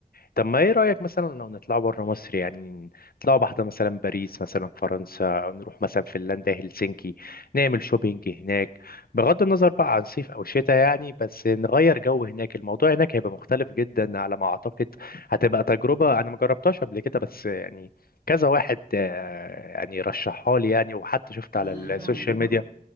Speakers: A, on the left (about 80°); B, on the right (about 85°).
A: طب ما ايه رأيك مثلا لو نطلع بره مصر يعني نطلع واحدة مثلا باريس مثلا فرنسا او نروح مثلا فنلندا هلسنكي نعمل شوبينج هناك بغض النظر بقى عن صيف او شتاء يعني بس نغير جو هناك الموضوع هناك هيبقى مختلف جدا على ما اعتقد هتبقى تجربة انا ما جربتهاش قبل كده بس يعني كذا واحد آه، يعني رشحها لي يعني وحتى شفت
B: أنا
A: على السوشيال
B: فاهمك أنا
A: ميديا